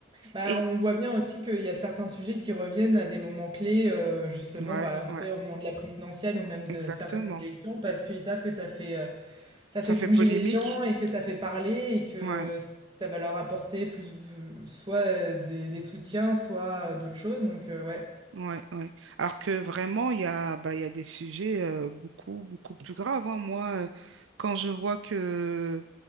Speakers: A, on the right (about 25°); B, on the right (about 70°).
A: Bah,
B: Et
A: on voit bien aussi qu'il y a certains sujets qui reviennent à des moments clés, euh, justement,
B: ouais,
A: bah,
B: ouais,
A: tu sais, au moment de la présidentielle ou même de
B: exactement.
A: certaines élections, parce qu'ils savent que ça fait euh, ça
B: Ça
A: fait bouger
B: fait polémique.
A: les gens et que ça fait parler et que
B: Ouais,
A: ça va leur apporter plus soit euh, des, des soutiens, soit euh, d'autres choses. Donc euh, ouais.
B: ouais, ouais. Alors que vraiment, il y a, bah, il y a des sujets euh, beaucoup, beaucoup plus graves. hein. Moi, euh, quand je vois que